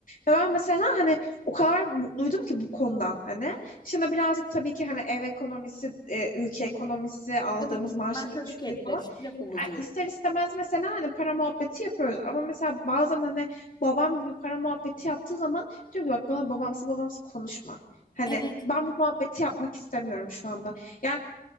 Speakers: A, on the left; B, on the left.
A: Ve ben mesela hani o kadar mutluydum ki bu konudan hani. Şimdi birazcık tabii ki hani ev ekonomisi, e, ülke ekonomisi, aldığımız
B: Tabii ki.
A: maaşların
B: Bunlar tabii
A: düşüklüğü
B: ki etkiler.
A: falan
B: Hiçbir lafımız
A: Yani
B: yok.
A: ister istemez mesela hani para muhabbeti yapıyoruz ama mesela bazen hani babam gibi para muhabbeti yaptığı zaman diyorum ki bak bana babamsı babamsı konuşma. Hani
B: Evet.
A: ben bu muhabbeti yapmak istemiyorum şu anda. Yani